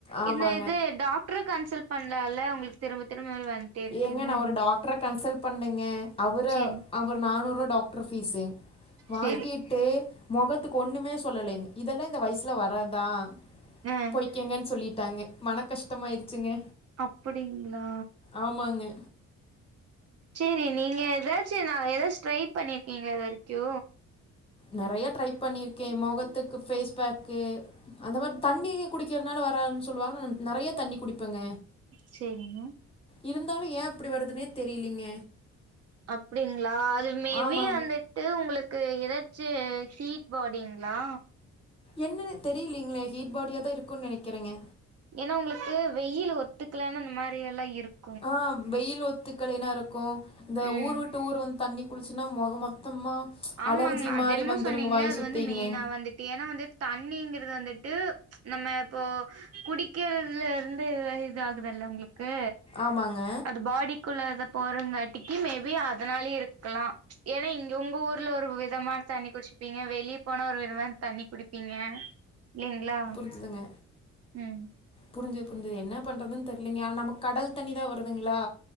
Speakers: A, on the left; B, on the right.
A: ஆமாங்க
B: இந்த இது டாக்ட்ர கன்சல்ட் பண்லால்ல உங்களுக்கு திரும்ப திரும்ப வந்துட்டே இருக்குன்னு
A: ஏங்க நா ஒரு டாக்ட்ர கன்சல்ட் பண்ணேங்க அவுர
B: சேரி
A: அவரு நானூறுவா டாக்டர் ஃபீஸுங் வாங்கிட்
B: சேரி
A: டு மொகத்துக்கு ஒன்னுமே சொல்லலைங்க இதெல்லா இந்த வயசுல வரதுதா
B: ஆ
A: போய்கங்கன் சொல்லிட்டாங்க மன கஷ்டமாயிருச்சுங்க
B: அப்பிடிங்ளா
A: ஆமாங்க
B: சேரி நீங்க எதாச்சு நா எதாச்சு ட்ரை பண்ணிருக்கீங்களா இது வரைக்கு
A: நெறைய ட்ரை பண்ணிருக்கே மொகத்துக்கு ஃபேஸ்பேக்கு அந்த மாரி தண்ணி குடிக்கிறனால வராதுன் சொல்லுவாங்கன்னு நெறைய தண்ணி குடிப்பங்க
B: சேரிங்க
A: இருந்தாலு ஏ இப்டி வருதுனே தெரியலீங்க
B: அப்டிங்ளா அது மே
A: ஆமாங்க.
B: பி வந்துட் டு உங்களுக்கு எதாச்சு ஹீட் பாடிங்ளா
A: என்னனே தெரியலலைங்களே ஹீட் பாடியா தா இருக்குன் நெனைக்கிறேங்க
B: ஏனா உங்களுக்கு வெயில் ஒத்துக்லேனா அந்த மாரியெல்லா இருக்
A: ஆ வெயில் ஒத்துக்கலைனா இருக்கு இந்த
B: ம்
A: ஊருவுட் ட்டு ஊரு வந்து தண்ணி குளிச்சனா மொக மொத்தமா
B: ஆமாங்க
A: அலர்ஜி
B: அது
A: மாரி
B: என்னமோ
A: வந்துருங்க
B: சொன்னீங்ளே
A: வாய்
B: அது
A: சுத்திங்க.
B: வந்து மெயினா வந்துட்டு ஏனா வந்து தண்ணிங்கிறது வந்துட்டு நம்ம இப்போ குடிக்கிறதுல இருந்துதா இதாகு குதுல்ல உங்களுக்கு
A: ஆமாங்க.
B: அது பாடிக் குள்ள அத போறங்காட்டிக்கி மே பி அதனாலே இருக்கலா ஏனா இங்க உங்க ஊர் ர்ல ஒரு விதமான தண்ணி குடிச்சிப்பீங்க வெளிய போனா ஒரு விதமான தண்ணி குடிப்பீங்க இல்லைங்ளா
A: ந்துங்க
B: ம்
A: புரிஞ்சது புரிஞ்சது என்ன பண்றதுன் தெர்லைங்க ஆ நமக்கு கடல் தண்ணி தா வருதுங்ளா